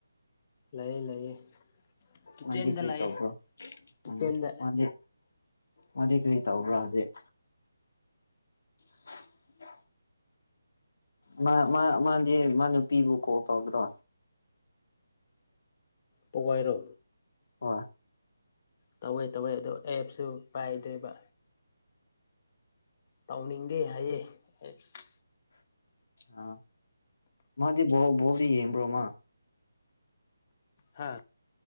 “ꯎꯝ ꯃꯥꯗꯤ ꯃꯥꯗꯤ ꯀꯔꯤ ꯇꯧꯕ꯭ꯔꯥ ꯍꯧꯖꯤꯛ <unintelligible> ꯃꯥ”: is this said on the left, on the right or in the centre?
Left